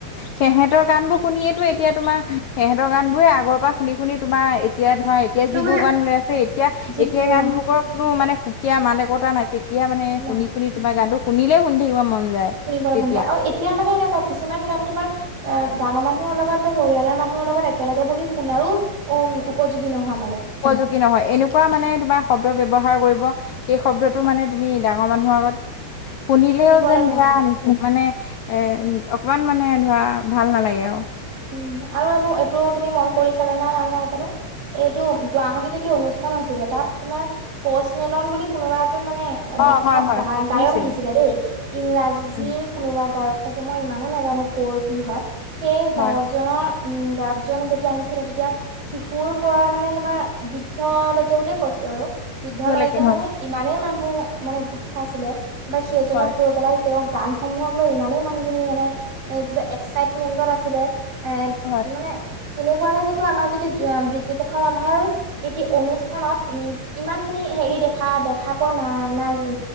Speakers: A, on the left (about 65°); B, on the right (about 65°).
A: সিহঁতৰ গানবোৰ শুনিয়েতো এতিয়া তোমাৰ সিহঁতৰ গানবোৰে আগৰপৰা শুনি শুনি তোমাৰ এতিয়া ধৰা এতিয়া
B: তোমাৰ
A: যিবোৰ গান ওলাই আছে, এতিয়া
B: যিবোৰ
A: এতিয়া গানবোৰৰ কোনো মানে সুকীয়া মান একতা নাই। এতিয়া মানে শুনি
B: নাই
A: শুনি তোমাৰ গানটো শুনিলে শুনি থাকিব মন যায়
B: শুনিবলৈ
A: তেতিয়া
B: মন যায়। আৰু এতিয়া মানে এনেকুৱা কিছুমান গান তোমাৰ অ' ডাঙৰ মানুহৰ লগত বা পৰিয়ালৰ মানুহৰ লগত একেলগে বহি শুনাৰো উম, উপযোগী নহয় মানে।
A: উপযোগী নহয়, এনেকুৱা মানে তোমাৰ শদ ব্যা ব্যৱহাৰ কৰিব সেই শব্দটো মানে তুমি ডাঙৰ মানুহৰ আগত শুনিলেও
B: শুনিবলৈ
A: যেন
B: নোৱাৰা
A: বেয়া, আনিছে মানে এ, অকমান মানে ধৰা ভাল নালাগে আৰু।
B: উম, আৰু এনেও এইটো তুমি মন কৰিছানে নাযা হেনো, এইটো গুৱাহাটীত এটি অনুষ্ঠান হৈছিলে তাত তোমাৰ প'চমেলন বুলি কোনোবা এ মানে
A: অ
B: বিখ্যাত
A: হয় হয়
B: গা-গায়ক
A: শুনিছিলো
B: আহিছিলে দেই ইংৰাজীৰ
A: উম
B: কোনোবা গায়ক। ছাগে মই ইমানো নাজানো ক'ৰ কি হয়, সেই
A: হয়
B: গায়কজনৰ উ, গায়ক জন যেতিয়া আহিছিলে তেতিয়া শিশুৰ পৰা মানে তোমাৰ বৃদ্ধলৈকে বুলিয়ে কৈছোঁ আৰু। বৃদ্ধলৈকে
A: পিছলৈকে
B: মানে
A: হয়
B: ইমানেই মানুহ মানে গোট খাইছিলে বা সি এজনক
A: হয়
B: ৰৈ পেলাই তেওঁৰ গানসমূহকলৈ ইমানেই মানুহখিনি মানে এ, কিবা এক্সাইটমেন্টত আছিলে। এ,
A: হয়
B: মানে তেনেকুৱাকে কিন্তু আমাৰ যদি বিষ্ণুপ্ৰসাদ ৰাভাৰ এটি অনুষ্ঠানত উম, ইমানখিনি হেৰি দেখা-দেখা পোৱা না-নাই